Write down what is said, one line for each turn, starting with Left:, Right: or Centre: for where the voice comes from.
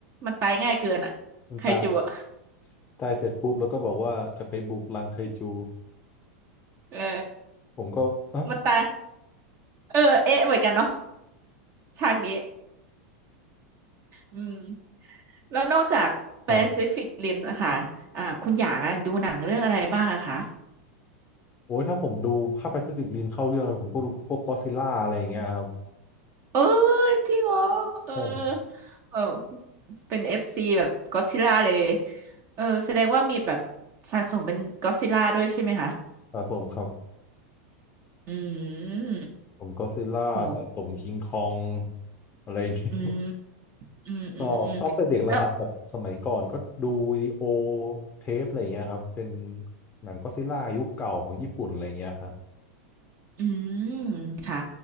Right: มันตายง่ายเกินอ่ะไคจูอ่ะ
Left: มันตายตายเสร็จปุ๊บแล้วก็บอกว่าจะไปบุกรังไคจู
Right: เออ
Left: ผมก็อ่ะ
Right: มันตายเออเอ๊ะเหมือนกันเนาะฉากนี้ อืมแล้วนอกจาก
Left: ครับ
Right: Pacific Rim นะคะอ่าคุณอยากอะดูหนังเรื่องอะไรบ้างอะคะ
Left: โอ้ยถ้าผมดูถ้า Pacific Rim เข้าเรื่องเลยผมก็ดูพวก Godzilla อดซิลล่าอะไรอย่างเงี้ยครับ
Right: เออจริงเหรอเออ
Left: ใช่
Right: เออเป็นเอฟซีแบบก็ d z ซิล่าเลยเออแสดงว่ามีแบบสะสมเป็นก็ d z ซิล่าด้วยใช่ไหมคะ
Left: สะสมครับ
Right: อืม
Left: ผม Godzilla
Right: โอ้
Left: สะสม King Kong องอะไรอย่างเงี้ย
Right: อืมอืมอืมอืม
Left: ชอบชอบแต่เด็กแล้วครับแบบสมัยก่อนก็ดูวิดีโอ
Right: แล้ว
Left: เทปอะไรอย่างเงี้ยครับเป็นหนังก็อดซิลล่ายุคเก่าของญี่ปุ่นอะไรอย่างเงี้ยครับ
Right: อืมค่ะ